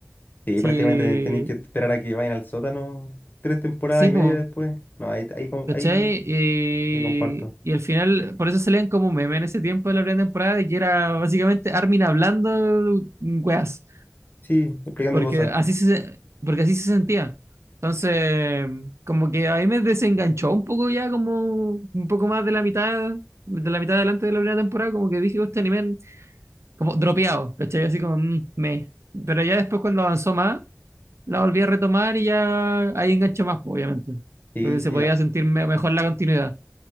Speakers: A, on the left; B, on the right.
A: Sí,
B: Si
A: prácticamente tenéis que esperar a que vayan al sótano tres temporadas
B: Sí,
A: y
B: pues,
A: media después. No, ahí, ahí, com-
B: ¿cachai?
A: ahí
B: Y,
A: sí comparto.
B: y al final, por eso se leen como meme en ese tiempo de la primera temporada, de que era básicamente Armin hablando weas,
A: Sí, explicando
B: porque
A: cosas.
B: así se, porque así se sentía. Entonces, como que a mí me desenganchó un poco ya, como un poco más de la mitad, de la mitad adelante de la primera temporada, como que dije, este anime, como dropeado, ¿cachai? Así como, mm, me. Pero ya después cuando avanzó más, la volví a retomar y ya ahí enganchó más, po, obviamente.
A: Sí,
B: Porque
A: sí,
B: se podía
A: ah,
B: sentir me- mejor la continuidad.